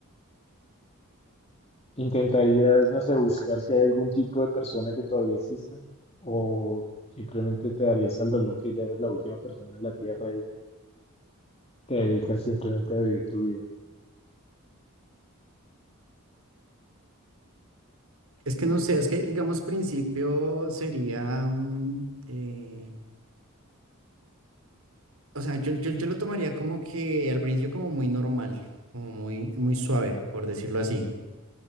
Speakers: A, on the left; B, on the right.
A: ¿Intentarías, no sé, buscar si hay algún tipo de persona que todavía exista? ¿O simplemente te darías al dolor que ya eres la última persona en la Tierra y te dedicas simplemente a vivir tu vida?
B: Es que no sé, es que digamos principio sería, mm, eh, o sea, yo, yo, yo lo tomaría como que al principio como muy normal, como muy, muy suave, por decirlo así.